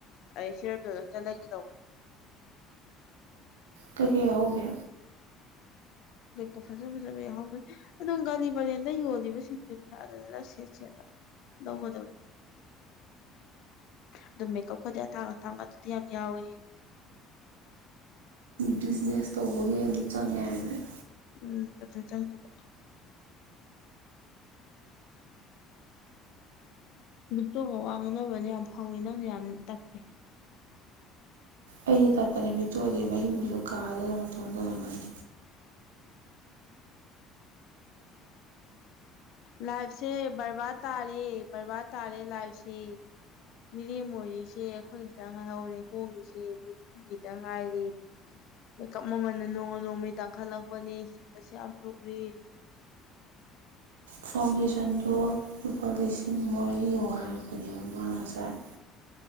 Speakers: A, on the left (about 55°); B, on the right (about 70°).
A: ꯑꯩ ꯁꯤꯑꯥ꯭ꯔꯗ‌ꯣ ꯑꯝꯇ ꯂꯩꯒ‌ꯦ ꯇꯧꯕ
B: ꯀꯩꯀꯩ ꯌꯥꯎꯍ‌ꯧꯒꯦ
A: ꯔ‌ꯦꯀꯣ ꯐꯖ ꯐꯖꯕ ꯌꯥꯎꯍꯧꯕꯅꯤ ꯑꯗꯨꯝ ꯒꯥꯂꯤ ꯄꯔꯦꯟꯗ ꯌꯣꯜꯂꯤꯕꯁꯤꯡꯗꯨꯗꯤ ꯑꯗꯨꯗꯅ ꯁꯦꯠ ꯁꯦꯠ ꯂꯧꯕꯗ ꯑꯗꯨꯝ ꯃꯦꯀꯞ ꯀꯗꯤ ꯑꯇꯥꯡ ꯑꯇꯥꯡꯕ ꯑꯗꯨꯗ ꯌꯥꯝ ꯌꯥꯎ‌ꯑꯦ
B: ꯕꯤꯖꯤꯅꯦꯁ ꯇꯧꯕꯒꯤ ꯑꯗꯨ ꯆꯪꯉ ꯍꯥꯏꯕꯅꯦ
A: ꯎꯝ ꯑꯗꯨ ꯆꯪꯗꯨꯕ ꯚꯤꯛꯇꯣ ꯋꯥ ꯉꯥꯡꯅꯕꯅ ꯌꯥꯝ ꯍꯥꯎꯋ‌ꯦ ꯅꯪꯅ ꯌꯥꯝ ꯇꯥꯞꯄ‌ꯦ
B: ꯑꯩꯗꯤ ꯇꯞꯄꯅꯦ ꯕꯤꯛꯇꯣꯗꯤ ꯃꯌꯨꯝꯗꯨꯗ ꯀꯥꯗꯨꯗ ꯃꯇꯣꯟꯗꯧꯔꯝꯃꯅꯤ
A: ꯂꯥꯏꯐꯁꯦ ꯕ꯭ꯔꯕꯥꯗ ꯇꯥꯔꯦ ꯕ꯭ꯔꯕꯥꯗ ꯇꯥꯔꯦ ꯂꯥꯏꯐꯁꯦ ꯃꯤꯔꯦꯝ ꯑꯣꯏꯔꯤꯁꯦ ꯑꯩꯈꯣꯏ ꯈꯤꯇꯪ ꯉꯥꯏꯍꯧꯔꯦ ꯍꯣꯡꯉꯤꯁꯦ ꯏꯈꯤꯇꯪ ꯉꯥꯏꯔ‌ꯦ ꯃ‌ꯦꯀꯞ ꯃꯃꯟꯅ ꯅꯣꯡꯃ ꯅꯣꯡꯃꯩ ꯇꯥꯡꯈꯠꯂꯛꯄꯅꯦ ꯍꯤꯡꯕꯁꯦ ꯌꯥꯝ ꯂꯨꯔꯦ
B: ꯐꯥꯎꯟꯗꯦꯁꯟꯗꯣ ꯂꯨꯄꯥ ꯂꯤꯁꯤꯡ ꯃꯔꯤ ꯃꯨꯛ ꯍꯥꯏꯔꯛꯄꯅꯦꯕ ꯃꯥꯅ ꯉꯁꯥꯏ